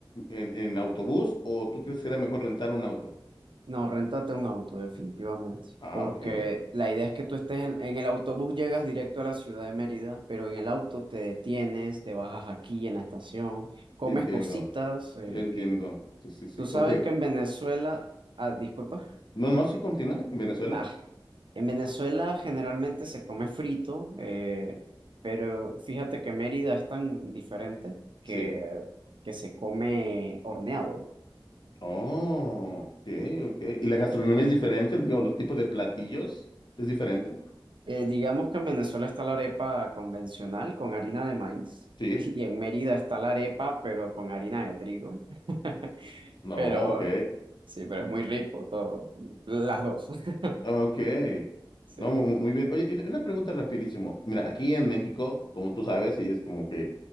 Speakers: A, on the left (about 60°); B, on the right (about 70°).
A: en, en autobús, o tú crees que sería mejor rentar un auto?
B: No, réntate un auto, definitivamente.
A: Ah,
B: Porque
A: ok.
B: la idea es que tú estés en, en el autobús, llegas directo a la ciudad de Mérida, pero en el auto te detienes, te bajas aquí en la estación, comes
A: Ya entiendo,
B: cositas, eh,
A: ya entiendo.
B: que
A: Sí, sí, sí.
B: tú sabes
A: Como que,
B: que en Venezuela, ah, disculpa,
A: no, no, sí continúa en Venezuela.
B: ah, en Venezuela generalmente se come frito, eh, pero fíjate que Mérida es tan diferente que,
A: Sí.
B: que se come horneado.
A: Oh, ok, ok. ¿Y la gastronomía es diferente? Digo, los tipos de platillos es diferente.
B: Eh, digamos que en Venezuela está la arepa convencional con harina de maíz
A: Sí.
B: <laughs> y en Mérida está la arepa pero con harina de trigo. <laughs>
A: No,
B: Pero
A: ok.
B: sí, pero es muy rico todo, las dos. <laughs>
A: Ok.
B: Sí.
A: No, mu- mu- muy, bien. Oye, y una una pregunta rapidísimo. Mira, aquí en México, como tú sabes, y es como que